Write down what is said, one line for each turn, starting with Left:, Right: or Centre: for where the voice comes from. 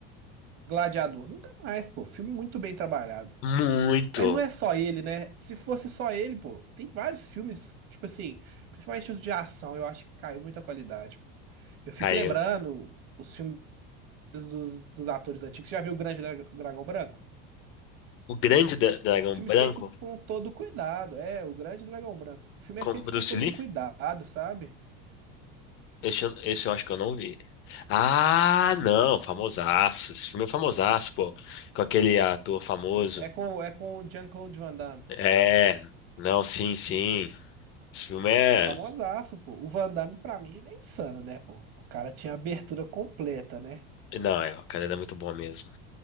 Right: Gladiador. Nunca mais, pô. Filme muito bem trabalhado.
Left: Muito,
Right: Mas não é só ele, né? Se fosse só ele, pô, tem vários filmes, tipo assim, principalmente os de ação, eu acho que caiu muita qualidade, pô. Eu fico
Left: Caio.
Right: lembrando os filmes dos, dos atores antigos. Você já viu o Grande Dra- Dragão Branco?
Left: O grande dra- dragão
Right: Filme
Left: branco
Right: feito com todo cuidado, é, o Grande Dragão Branco. O filme
Left: com
Right: é feito
Left: Bruce
Right: com todo
Left: Lee?
Right: um cuidado, sabe?
Left: Esse, eu- esse eu acho que eu não vi. Ah, não, famosaço. Esse filme é famosaço, pô. Com aquele ator famoso.
Right: É com, é com o Jean-Claude Van Damme.
Left: É, não, sim, sim. Esse filme é.
Right: Famosaço, pô. O Van Damme, pra mim, ele é insano, né, pô? O cara tinha a abertura completa, né?
Left: Não, é, o cara era muito bom mesmo.